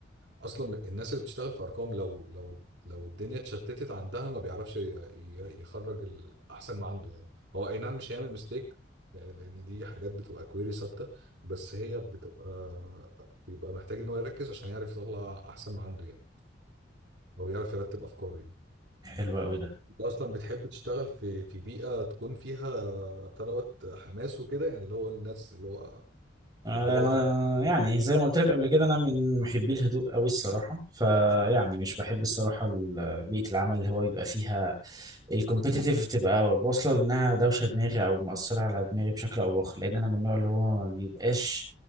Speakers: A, on the right (about 65°); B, on the right (about 20°).
A: اصلا الناس اللي بتشتغل في ارقام لو لو لو الدنيا اتشتتت عندها ما بيعرفش ي- ي- يخرج الاحسن ما عنده يعني هو اي نعم مش هيعمل ميستيك لان دي حاجات بتبقى كويري ثابته بس هي بتبقى بيبقى محتاج ان هو يركز عشان يعرف يطلع احسن ما عنده يعني او يعرف يرتب افكاره يعني
B: حلو قوي ده
A: انت اصلا بتحب تشتغل في في بيئه تكون فيها بتاع دوت حماس وكده يعني اللي هو الناس اللي هو
B: انا
A: باور
B: يعني زي ما قلت لك قبل كده انا من محبي الهدوء قوي الصراحه فيعني مش بحب الصراحه ال- بيئه العمل اللي هو يبقى فيها الكومبيتيتيف تبقى واصله لانها دوشه دماغي او مأثره على دماغي بشكل او باخر لان انا من النوع اللي هو ما بيبقاش